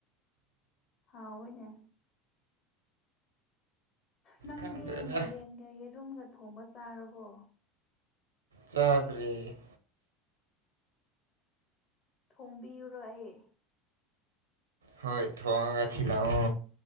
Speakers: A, on the left; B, on the right.
A: ꯍꯥꯎ ꯑꯣꯏꯅꯦ ꯅꯪꯗꯤ
B: ꯈꯪꯗꯦꯗ
A: ꯃꯥꯏꯔꯦꯟꯒ ꯌꯦꯔꯨꯝꯒ ꯊꯣꯡꯕ ꯆꯥꯔꯕꯣ
B: ꯆꯥꯗ꯭ꯔꯤ
A: ꯊꯣꯡꯕꯤꯔꯨꯔꯣ ꯑꯩ
B: ꯍꯣꯏ ꯊꯣꯡꯉꯒ ꯊꯤꯟꯂꯀꯣ